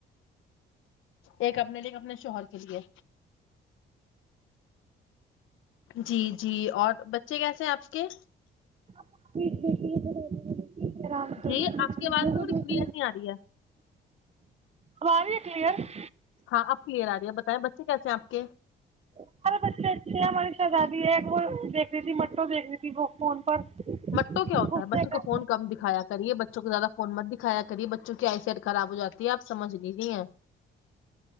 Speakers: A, on the left; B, on the right.
A: ایک اپنے لے اپنے شوہر کے لیے جی جی اور بچے کیسے ہیں آپ کے
B: <inaudible> آرام سے
A: جی آپ کی آواز
B: وہ
A: ن تھوڑی
B: وہ دیکھ
A: کلیئر نہیں آ رہی ہے
B: آواز بھی ہے کلیئر
A: ہاں اپ کلیئر آ رہی ب ب بچے کیا تھے آپ کے
B: ہمارے بچے اچھے ہیں ہماری شہزادی ہے وہ دیک رہی تھی مٹو دیک رہی تھی ب فون <inaudible>
A: مٹو کیا
B: اس
A: ہوتا ہے بچوں
B: نے کہا
A: کو فون کم دکھایا کریے بچے بچوں کو زیادہ فون مت دکھایا کریے بچوں کی آئی سٹ خراب ہو جاتی ہے آپ سمجھ نہیں نہیں ہیں